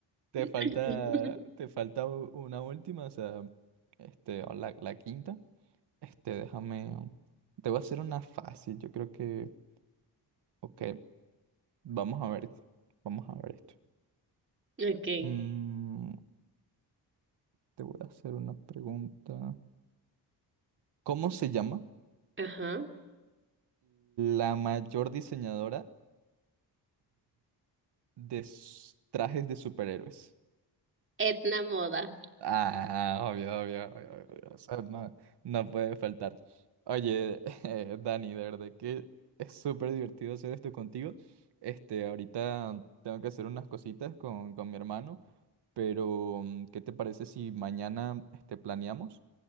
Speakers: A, on the right; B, on the right.
A: Te
B: <laughs>
A: falta, te falta u- una última, o sea, este, o la, la quinta. Este, déjame, te voy a hacer una fácil, yo creo que, ok, vamos a ver, vamos a ver esto.
B: Ok.
A: Mm, te voy a hacer una pregunta. ¿Cómo se llama
B: Ajá.
A: la mayor diseñadora de s- trajes de superhéroes?
B: Etna Moda.
A: Ah, obvio, obvio, obvio, obvio, o sea, no, no puede faltar. Oye, <laughs> eh, Dani, de verdad que es súper divertido hacer esto contigo. Este, ahorita tengo que hacer unas cositas con, con mi hermano, pero mm, ¿qué te parece si mañana este, planeamos?